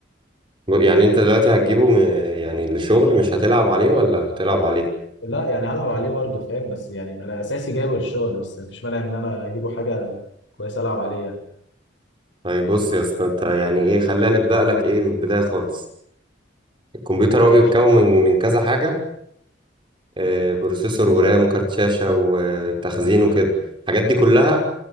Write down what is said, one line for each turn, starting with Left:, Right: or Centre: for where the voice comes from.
Right: ب- يعني انت دلوقتي هتجيبه م... يعني للشغل مش هتلعب عليه ولا هتلعب عليه
Left: لا يعني هلعب عليه برضه فاهم بس يعني انا اساسي جايبه للشغل بس مفيش مانع ان انا اجيبه حاجه كويسه العب عليه يعني
Right: طيب بص يا اسطى انت يعني ايه خلينا نبدا لك ايه من البدايه خالص الكمبيوتر
Left: ماشي
Right: هو بيتكون من من كذا حاجه آه بروسيسور ورام وكارت شاشه وتخزين وكده الحاجات دي كلها